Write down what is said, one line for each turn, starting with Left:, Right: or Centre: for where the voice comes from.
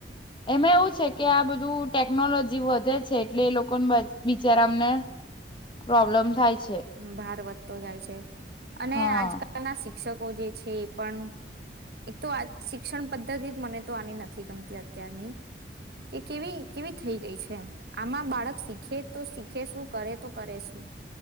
Left: એમાં એવું છે કે આ બધું ટેકનોલોજી વ ધે છે એટલે એ લોકોને બ બિચારાામને પ્રોબ્લેમ થાય છે.
Right: ભારવત તો જાય છે. અને
Left: હા
Right: આજકાલ ના શિ ક્ષકો જે છે એ પણ એક તો શિક્ષણ પદ્ધતિ મને તો આની નથી ગમતી અત્યારની કે કેવી કેવી થઈ ગઈ છે આમાં બાળક શીખે તો શીખે શું કરે તો કરે શું.